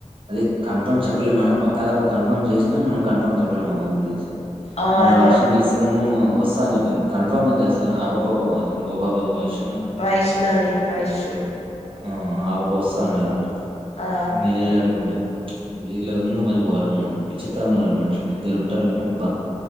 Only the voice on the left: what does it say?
ఆ
అదే
వైష్ణవి వైష్ణు
ఆ